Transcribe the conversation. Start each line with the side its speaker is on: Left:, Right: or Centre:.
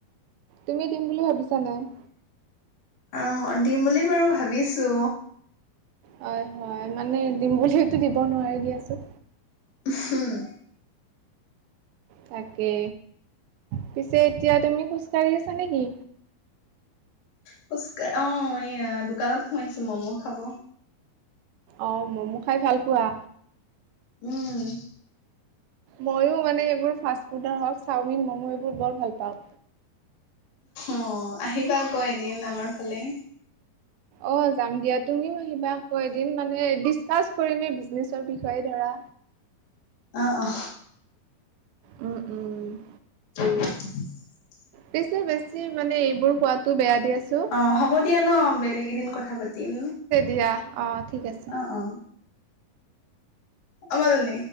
Right: তুমি দিম বুলি ভাবিছা নাই?
Left: অ', দিম বুলি বাৰু ভাবিছো।
Right: হয়, হয়। মানে দিম বুলিতো দিব নোৱাৰি দিয়াচোন।
Left: উহুম।
Right: তাকে। পিছে এতিয়া তুমি খোজকাঢ়ি আছা নেকি?
Left: খোজকাঢ়, অ', এয়া দোকানত সোমাইছো মম' খাব।
Right: অ', ম'ম' খাই ভাল পোৱা?
Left: উম।
Right: ময়ো মানে এইবোৰ ফাচফুডৰ হওঁক, চাওমিন, মম' এইবোৰ বৰ ভাল পাওঁ।
Left: অ', আহিবা আকৌ এদিন আমাৰ ফালে।
Right: অ', যাম দিয়া তুমিও আহিবা আকৌ এদিন মানে দি স্কছ কৰিম এই বিজনেছৰ বিষয়ে ধৰা।
Left: অ', অ'।
Right: উম, উম।
Left: <inaudible>
Right: পিছে বেছি মানে এইবোৰ খোৱাতো বেয়া দিয়াচোন।
Left: অ', হ'ব দিয়া ন বেলেগ এদিন কথা পাতিম।
Right: দিয়া অ ঠিক আছে।
Left: অ', অ। আমাজনী